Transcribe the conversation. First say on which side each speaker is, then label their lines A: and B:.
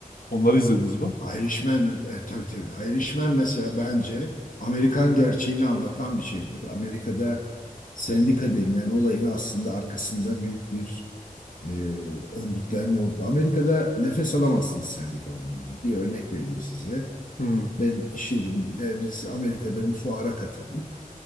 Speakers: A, on the left; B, on the left.
A: Onları izlediniz mi?
B: Irishman, e, tabii tabii. Irishman mesela bence Amerikan gerçeğini anlatan bir şeydir. Amerika'da sendika denilen olayın aslında arkasında büyük bir e, örgütlenme oldu. Amerika'da nefes alamazsınız sendik olmadan. Bir örnek vereyim size.
A: Hı hı.
B: Ben iş yerimde biz Amerika'da bir fuara katıldık.